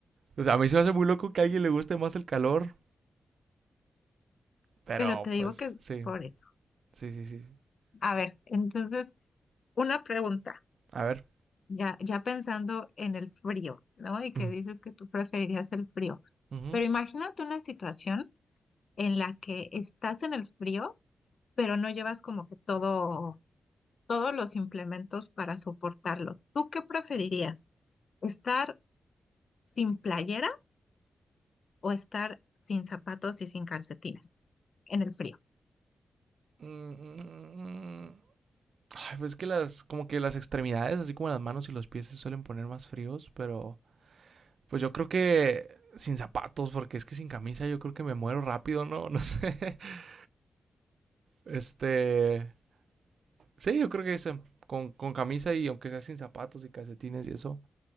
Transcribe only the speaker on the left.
Pero te digo
que
por eso.
A ver, entonces, una pregunta.
Ya, ya pensando en el frío, ¿no? Y que
dices que tú preferirías el frío.
Pero imagínate una situación en la que estás en el frío, pero no llevas como que todo, todos los implementos para soportarlo. ¿Tú qué preferirías? ¿Estar sin playera o estar sin zapatos y sin calcetines en el frío?